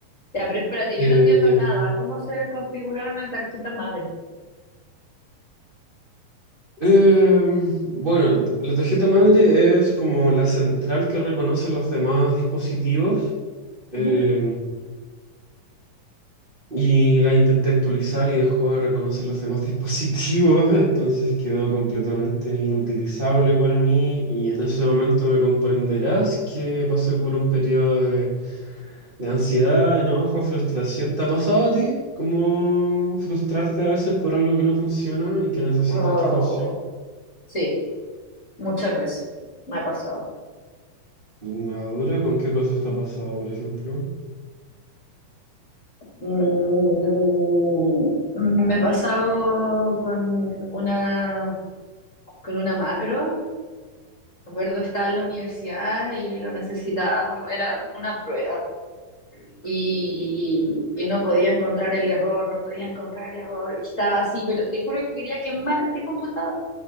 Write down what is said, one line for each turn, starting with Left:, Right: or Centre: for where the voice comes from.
Left: Ya, pero espérate,
Right: Eh,
Left: yo no entiendo nada. ¿Cómo se desconfigura una tarjeta madre?
Right: eh, bueno, la tarjeta madre es como la central que reconoce los demás dispositivos eh,
Left: Ujú.
Right: y la intenté actualizar y dejó de reconocer los demás dispositivos, <laughs> entonces quedó completamente inutilizable para mí y en ese momento me comprenderás que pasé por un periodo de, de ansiedad, enojo, frustración. ¿Te ha pasado a ti? ¿Cómo frustrarte a veces por algo que no funciona y que necesitas
Left: Oh,
Right: que funcione?
Left: sí, muchas veces me ha pasado.
Right: La dura, ¿con qué cosa está pasada, por ejemplo?
Left: Mm, me ha pasado con una con una macro. Me acuerdo, estaba en la universidad y lo necesitaba, como era una prueba. Y, y no podía encontrar el error, no podía encontrar el error. Estaba así, pero te juro que quería quemar el computador